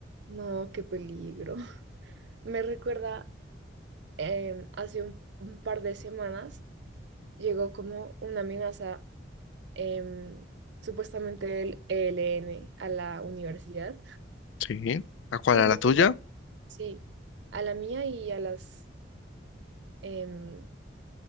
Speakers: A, on the right; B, on the left.
A: No, qué peligro. <laughs> Me recuerda em, hace un un par de semanas. llegó como una amenaza, em, supuestamente del ELN a la universidad,
B: Sí. ¿A cuál
A: pues
B: a la
A: no
B: tuya?
A: solo, sí, a la mía y a las, em,